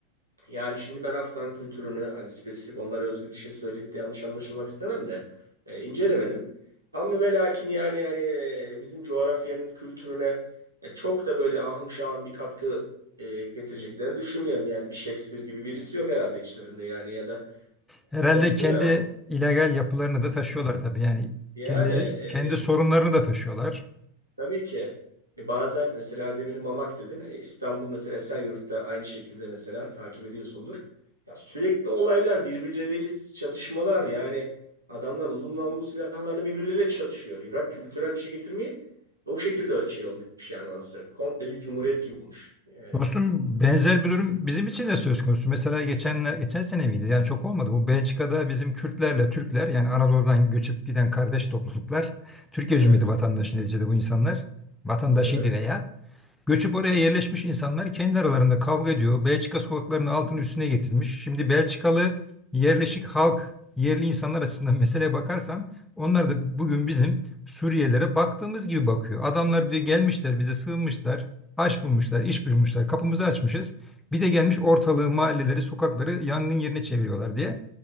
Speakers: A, on the right; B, in the centre.
A: yani şimdi ben Afgan kültürünü hani spesifik onlara özgü bir şey söyleyip de yanlış anlaşılmak istemem de e, incelemedim. Ama ve lakin yani hani e, bizim coğrafyanın kültürüne e, çok da böyle ahım şahım bir katkı e, getireceklerini düşünmüyorum. Yani bir Shakespeare gibi birisi yok herhalde içlerinde yani ya da
B: herhalde
A: Ort
B: kendi
A: değil mi?
B: illegal yapılarını da taşıyorlar tabii. Yani
A: Yani
B: kendi
A: e,
B: kendi sorunlarını da taşıyorlar.
A: Tabii ki. E, bazen mesela demin Mamak dedin. E, İstanbul mesela Esenyurt'ta aynı şekilde mesela takip ediyorsundur. Ya sürekli olaylar birbirleriyle çatışmalar yani adamlar uzun namlulu silahlarla birbirleriyle çatışıyor. Irak kültürel bir şey getirmeyi o şekilde şey olmuş yani orası. Komple bir cumhuriyet gibi olmuş. E,
B: Dostum benzer bir durum bizim için de söz konusu. Mesela geçenler, geçen sene miydi? Yani çok olmadı. Bu Belçika'da bizim Kürtlerle Türkler yani Anadolu'dan göçüp giden kardeş topluluklar Türkiye
A: evet,
B: Cumhuriyeti vatandaşı neticede bu insanlar vatandaşıydı
A: evet,
B: veya Göçüp oraya yerleşmiş insanlar kendi aralarında kavga ediyor. Belçika sokaklarının altını üstüne getirmiş. Şimdi Belçikalı yerleşik halk, yerli insanlar açısından meseleye bakarsan onlar da bugün bizim Suriyelilere baktığımız gibi bakıyor. Adamlar diyor gelmişler bize sığınmışlar, aş bulmuşlar, iş bulmuşlar, kapımızı açmışız. Bir de gelmiş ortalığı, mahalleleri, sokakları yangın yerine çeviriyorlar diye.